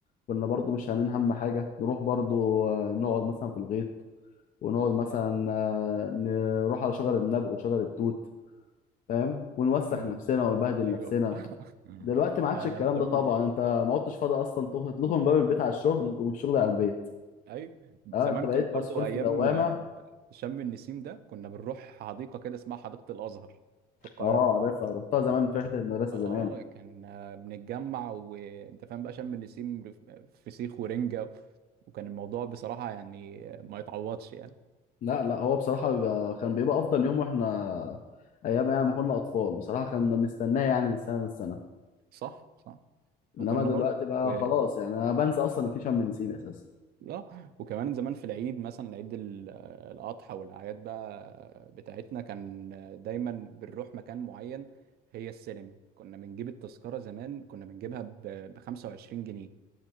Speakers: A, on the left; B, on the right.
A: كنا برضو مش عاملين هم حاجه نروح برضو آه، نقعد مثلا في الغيط ونقعد مثلا آه، نروح على شجر النبق وشجر التوت فاهم ونوسخ
B: امم
A: نفسنا ونبهدل
B: ايوه
A: نفسنا
B: <laughs>
A: دلوقتي ما
B: احنا
A: عادش الكلام
B: شم
A: ده طبعا انت ما عدتش فاضي اصلا تخرج تخرج من باب البيت على الشغل ومن الشغل على البيت
B: ايوه زمان
A: اه انت بقيت
B: كنت
A: مسحول
B: برضو ايام
A: في دوامه
B: آه، شم النسيم ده كنا بنروح حديقه كده اسمها حديقه الازهر في القاهره
A: اه عارفها رحتها زمان في رحله المدرسه
B: اه
A: زمان
B: كان آه، بنتجمع وانت فاهم بقى شم النسيم رف- فسيخ ورنجه وكان الموضوع بصراحه يعني آه، ما يتعوضش يعني
A: لا لا هو بصراحه بيبقى كان بيبقى افضل يوم واحنا ايام يعني ما كنا اطفال بصراحه كنا بنستناه يعني من سنه للسنه
B: صح صح
A: انما
B: وكنا
A: دلوقتي
B: برضو
A: بقى
B: و...
A: خلاص يعني انا بنسى اصلا ان في شم نسيم اساسا
B: اه وكمان زمان في العيد مثلا عيد ال- آه، الاضحى والاعياد بقى بتاعتنا كان دايما بنروح مكان معين هي السينما كنا بنجيب التذكره زمان كنا بنجيبها ب 25 جنيه